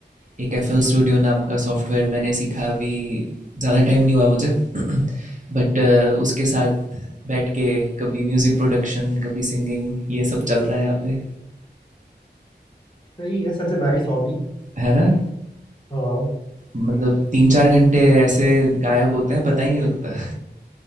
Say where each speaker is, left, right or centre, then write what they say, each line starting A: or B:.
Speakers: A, on the right (about 45°); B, on the left (about 25°).
A: एक एफ एल स्टूडियो नाम का सॉफ्टवेयर मैंने सीखा अभी ज़्यादा टाइम नहीं हुआ मुझे <clears throat> <coughs> बट uh, उसके साथ बैठ के कभी म्यूज़िक प्रोडक्शन कभी सिंगिंग ये सब चल रहा है यहाँ पे
B: सही है Such a nice hobby
A: है ना
B: हाँ
A: मतलब तीन चार घंटे ऐसे गायब होते हैं पता ही नहीं लगता